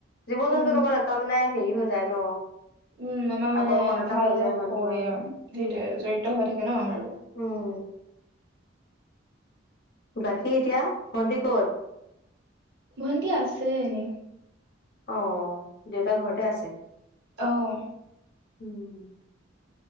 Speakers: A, on the left; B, on the right.
A: জীৱ
B: উম
A: জন্তুৰ লগত এটা মানে হেৰি হয় যাই ন।
B: উম আমাৰ মানে
A: আকৰ্ষণ এটা
B: ভাল
A: হৈ যায় মানুহৰ
B: হয় সেইটোৱে
A: উম
B: জৰিয়ত হৈ থাকে আমাৰো।
A: উম বাকী এতিয়া ভন্টি ক'ত?
B: ভণ্টি আছে এনেই।
A: অ দেউতা ঘৰতে আছে?
B: আহ।
A: উম